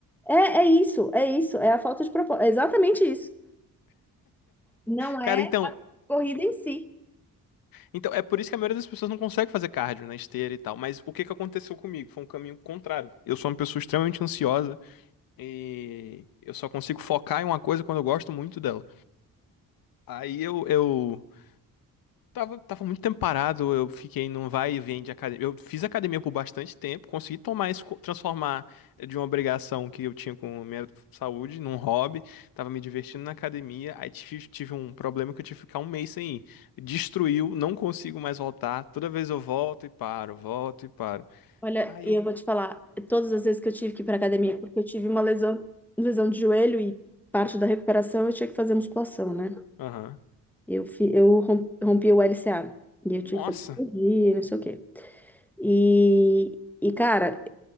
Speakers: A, in the centre; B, on the left.
A: É, é isso, é isso. É a falta de propósito. É exatamente isso. Não
B: Cara,
A: é.
B: então.
A: corrida em si.
B: Então, é por isso que a maioria das pessoas não consegue fazer cardio na esteira e tal. Mas o que que aconteceu comigo? Foi um caminho contrário. Eu sou uma pessoa extremamente ansiosa e eu só consigo focar em uma coisa quando eu gosto muito dela. Aí eu, eu Tava, tava muito tempo parado, eu fiquei num vai e vem de academia. Eu fiz academia por bastante tempo, consegui tomar isso, co- transformar de uma obrigação que eu tinha com a minha saúde num hobby. Tava me divertindo na academia, aí tive, tive um problema que eu tive que ficar um mês sem ir. Destruiu, não consigo mais voltar. Toda vez eu volto e paro, volto e paro.
A: Olha,
B: Aí
A: e
B: eu.
A: eu vou te falar, todas as vezes que eu tive que ir para academia, porque eu tive uma lesão, lesão de joelho e parte da recuperação eu tinha que fazer musculação, né?
B: Aham.
A: Eu, fi- eu rom- rompi o LCA e eu
B: Nossa,
A: tive que fazer cirurgia, não sei o quê. E, e cara,